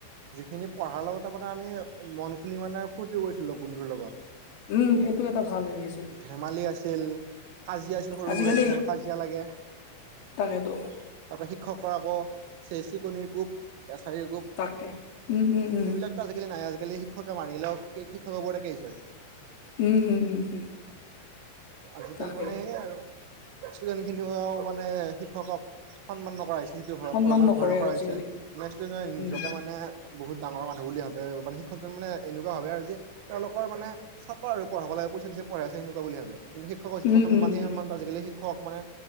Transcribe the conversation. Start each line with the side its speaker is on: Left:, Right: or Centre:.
Right: যিখিনি পঢ়াৰ লগত আপোনাৰ আমি মন খুলি মানে ফূৰ্তি কৰিছিলো বন্ধুৰ লগত।
Left: উম সেইটো এটা ভাল হেৰি আছিল।
Right: ধেমালি আছিল কাজিয়া আছিল সৰু
Left: আজিকালি
Right: সুৰা কিছুমান কাজিয়া লাগে। তাৰ
Left: তাকেতো
Right: পৰা শিক্ষকৰ আকৌ চে চিকণিৰ কোৱ। এচাৰিৰ কোৱ
Left: তাকে উম উম উম
Right: সেইবিলাক। <unintelligible> আজিকালি নাই আজিকালি শিক্ষকে মাৰিলেও শিক্ষকৰ ওপৰতে কেছ হয়।
Left: উম, উম, উম, উম।
Right: আজিকালি
Left: তাকে
Right: মানে সেইয়ে আৰু ষ্টুডেন্ট খিনিও মানে শিক্ষকক। সন্মান নকৰা হৈছে <unintelligible>
Left: সন্মান নকৰে
Right: ভয় নকৰা
Left: আজিকালি
Right: হৈছে মানে ষ্টুডেণ্টে
Left: উম
Right: নিজকে মানে। বহুত ডাঙৰ মানুহ বুলি ভাবে মানে শিক্ষকজন মানে এনেকুৱা ভাবে আৰু যে তেওঁলোকৰ মানে সাত আৰু পঢ়াব লাগে পইচা দিছে পঢ়াই আছে সেনেকুৱা বুলি ভাবে কিন্তু শিক্ষক যিটো
Left: উম
Right: সন্মান
Left: উম
Right: সেই
Left: উম
Right: সন্মানটো আজিকালি শিক্ষকক মানে।